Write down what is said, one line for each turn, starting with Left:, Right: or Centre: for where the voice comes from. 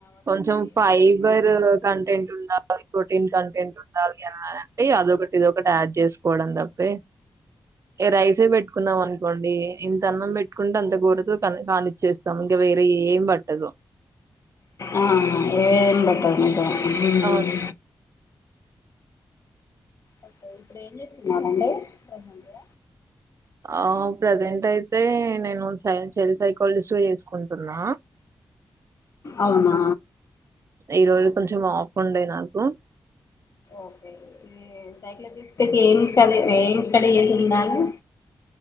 Right: కొంచెం ఫైబర్ కంటెంట్ ఉండాలి ప్రోటీన్ కంటెంట్ ఉండాలి అంటే అదొకటి ఇదొకటి యాడ్ చేసుకోవడం తప్పే ఈ రైసే పెట్టుకున్నాం అనుకొండి ఇంత అన్నం పెట్టుకుంటే అంత కూరతో కా కానిచ్చేస్తాం వేరె ఏం పట్టదు
Left: ఆహ్ ఏం బట్టదు నిజమే
Right: అవును
Left: ఉమ్ ఓకే ఇప్పుడు ఏం చేస్తున్నారండి ప్రెసెంటు
Right: ఆ ప్రజెంట్ అయితే నేను సై చైల్డ్ సైకాలజిస్ట్ గా చేసుకుంటున్నా
Left: అవునా
Right: ఈరోజు కొంచెం హాఫ్ ఉండే నాకు
Left: ఓకే ఇది సైకోలోజిస్ట్ కి ఎమ్ స్టడీ ఎమ్ స్టడీ చేసుండాలి